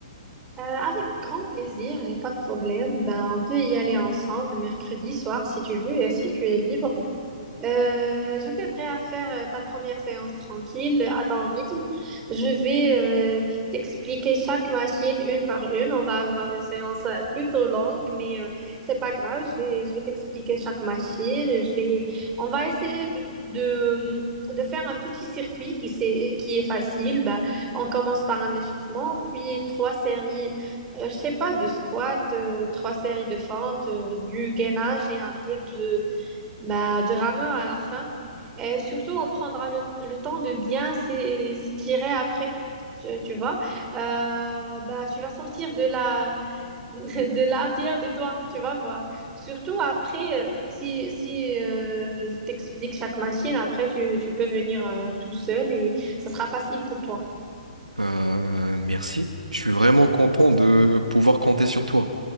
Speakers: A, on the right; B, on the right.
A: Euh, avec grand plaisir, j'ai pas de problème. Ben, on peut y aller ensemble mercredi soir si tu veux et si tu es libre. Euh, je t'aiderai à faire euh, ta première séance tranquille, euh, à ton rythme. Je vais euh, t'expliquer chaque machine une par une. On va avoir une séance euh, plutôt longue, mais euh, c'est pas grave. Je vais, je vais t'expliquer chaque machine. Je vais, on va essayer de, de, de faire un petit circuit qui, c'est, qui est facile. Bah, on commence par un échauffement, puis trois séries. euh, je sais pas, de squat, euh, trois séries de fentes, euh, du gainage et un peu de, bah, de rameur à la fin. Et surtout, on prendra le, le temps de bien s'é- s'étirer après. Tu, tu vois, Euh, bah, tu vas sortir de la, <laughs> de la fière de toi, tu vas voir. Surtout après, euh, si, si euh, je t'explique chaque machine, après, tu, tu peux venir euh, tout seul et ça sera facile pour toi.
B: Euh, merci. Je suis vraiment content de pouvoir compter sur toi.